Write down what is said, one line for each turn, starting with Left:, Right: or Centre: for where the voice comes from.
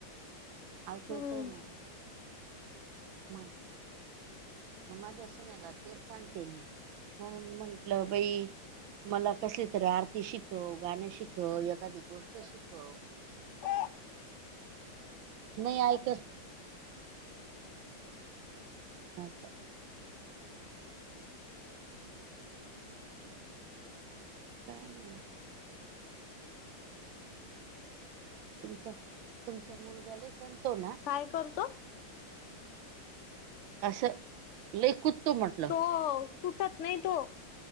Right: अयंकु
Left: हम्म.
Right: येतं आहे नां म माझ्यां सुनेला तेचं सांगते मी हम्मं म्हंटलं बाई मलां कसली तरी आरती शिकवं गाणं शिकवं एखांदी गोष्ट शिकवं
Left: एक <unintelligible>
Right: नाहीं ऐकतं असं कायं नाहीं मं तुमचां तुमचां मुलंगा लंय करतों नां.
Left: कायं करतों.
Right: असं लंय कुतो म्हटलं.
Left: हो... कुंतंत नाहीं तो